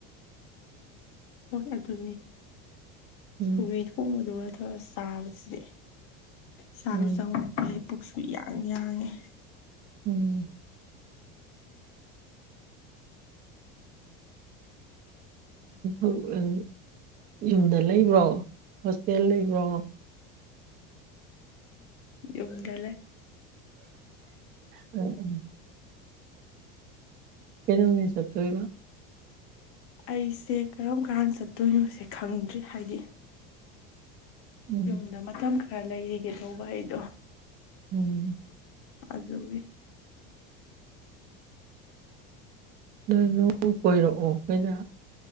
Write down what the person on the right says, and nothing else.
ꯎꯝ
ꯎꯝ
ꯎꯝ ꯎꯝ ꯌꯨꯝꯗ ꯂꯩꯕ꯭ꯔꯣ ꯍꯣꯁꯇꯦꯜ ꯂꯩꯕ꯭ꯔꯣ
ꯎꯝ ꯎꯝ ꯀꯩ ꯅꯨꯃꯤ ꯆꯠꯇꫭꯏꯕ
ꯎꯝ
ꯎꯝ
ꯑꯗꯨ ꯅꯣꯡ ꯀꯣꯏꯔꯛꯑꯣ ꯑꯩꯈꯣꯏꯗ